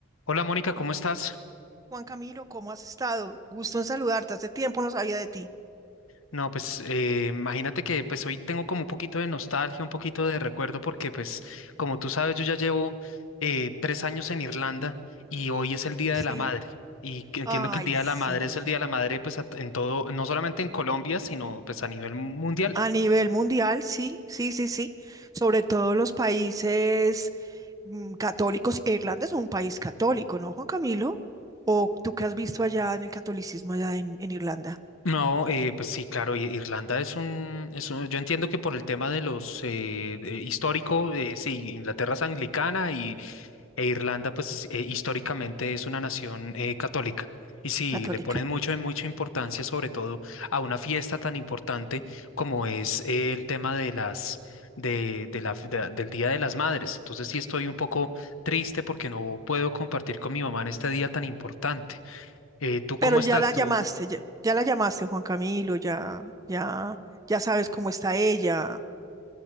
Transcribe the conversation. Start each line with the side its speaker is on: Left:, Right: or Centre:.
Left: Hola Mónica, ¿cómo estás?
Right: Juan Camilo, ¿cómo has estado? Gusto en saludarte. Hace tiempo no sabía de ti.
Left: No, pues eh, imagínate que pues hoy tengo como un poquito de nostalgia, un poquito de recuerdo, porque pues como tú sabes, yo ya llevo eh, tres años en Irlanda y hoy es el Día
Right: Sí.
Left: de la Madre. Y que entiendo
Right: Ay,
Left: que el Día
Right: sí.
Left: de la Madre es el Día de la Madre pues a- en todo, no solamente en Colombia, sino pues a nivel mundial.
Right: A nivel mundial, sí, sí, sí, sí. Sobre todo los países mm, católicos. Irlanda es un país católico, ¿no, Juan Camilo? ¿O tú qué has visto allá en el catolicismo allá en, en Irlanda,
Left: No, eh, pues sí, claro, I- Irlanda es un, es un- yo entiendo que por el tema de los eh, de- histórico, eh, sí, Inglaterra es anglicana E Irlanda, pues eh, históricamente es una nación eh, católica. Y sí,
Right: católica?
Left: le ponen mucho, mucha importancia, sobre todo a una fiesta tan importante como es eh, el tema de las, de, de la, de- del Día de las Madres. Entonces sí estoy un poco triste porque no puedo compartir con mi mamá en este día tan importante. Eh, ¿tú
Right: Pero
Left: cómo
Right: ya
Left: estás?
Right: la llamaste,
Left: tú
Right: ya, ya la llamaste, Juan Camilo, ya, ya, ya sabes cómo está ella.